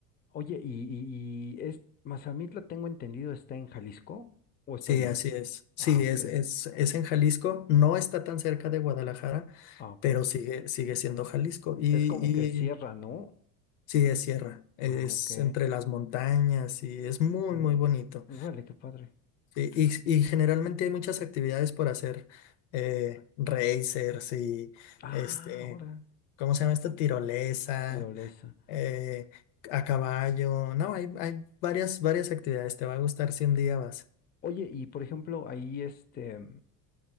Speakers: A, on the left; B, on the left.
A: Oye, y, y, y es, Mazamitla, tengo entendido, está en Jalisco, ¿o estoy
B: Sí,
A: mal?
B: así es. Sí,
A: Ah, ok,
B: es, es, es en Jalisco. No está tan cerca de Guadalajara,
A: ah, ok.
B: pero sigue, sigue siendo Jalisco. Y,
A: Es como que cierra,
B: y
A: ¿no?
B: sí, es sierra. Es
A: Ah, ok.
B: entre las montañas y es muy,
A: Uh,
B: muy bonito.
A: órale, qué padre.
B: Sí, y, y generalmente hay muchas actividades por hacer. Eh, racers y
A: Ah,
B: este,
A: ahora,
B: ¿cómo se llama esto? Tirolesa,
A: tirolesa.
B: eh, a caballo. No, hay, hay varias, varias actividades. Te va a gustar si un día vas.
A: Oye, y por ejemplo, ahí este, eh,